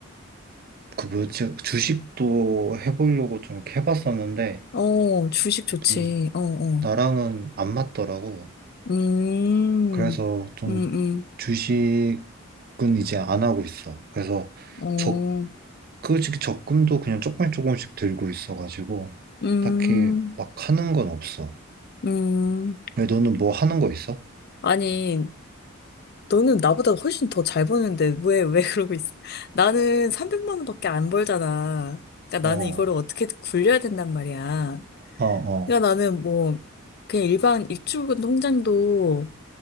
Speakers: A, on the right; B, on the left.
A: 그 뭐지, 주식도 해보려고 좀 이렇게 해봤었는데,
B: 어, 주식 좋지.
A: 음,
B: 어, 어.
A: 나랑은 안 맞더라고.
B: 음,
A: 그래서 좀
B: 음, 음.
A: 주식은 이제 안 하고 있어. 그래서
B: 어,
A: 적금은 그 지금 적금도 그냥 조금씩 조금씩 들고 있어가지고
B: 음,
A: 딱히 막 하는 건 없어.
B: 음.
A: 왜 너는 뭐 하는 거 있어?
B: 아니, 너는 나보다 훨씬 더 잘 버는데 왜, 왜 그러고 있어? <laughs> 나는 300만 원밖에 안 벌잖아. 그러니까
A: 어,
B: 나는 이거를 어떻게 굴려야 된단 말이야.
A: 어, 어,
B: 그러니까 나는 뭐 그냥 일반 입출금 통장도